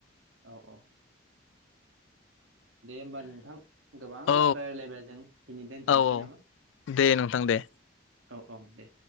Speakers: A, on the right; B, on the left.
A: औ औ दे होमबा नोंथां गोबां
B: औ
A: बाथ्रा राय्लायबाय जों दिनै दोनथ'नोसै
B: औ औ
A: नामा
B: दे नोंथां दे
A: औ औ दे